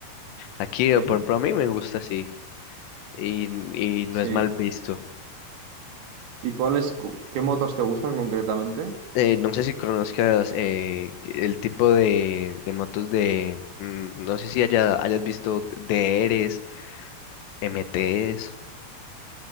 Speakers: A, on the left; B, on the right.
A: Aquí,
B: ¿Sí?
A: eh, por ejemplo, a mí me gusta así y, y no
B: Sí.
A: es mal visto.
B: ¿Y cuáles, cu- qué motos te gustan concretamente?
A: Eh, no sé si conozcas eh, el tipo de, de motos de, mm, no sé si haya, hayas visto DRs, MTs,